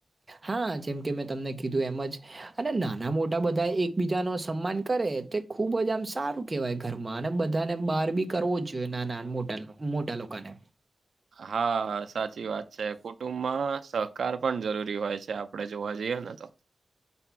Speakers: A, on the right; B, on the right.
A: હા જેમ કે મેં તમને કીધું એમ જ અને નાના મોટા બધા એકબીજા ન સન્માન કરે તે ખુબ જ આમ સારું કહેવાય ઘરમાં અને બધાને બહાર બી કરવો જ જોઈએ નાના મોટા મોટા લોકોને.
B: હા સાચી વાત છે કુટુંબ સહકાર પણ જરૂરી હોય છે આપડે જોવા જઈએ ને તો.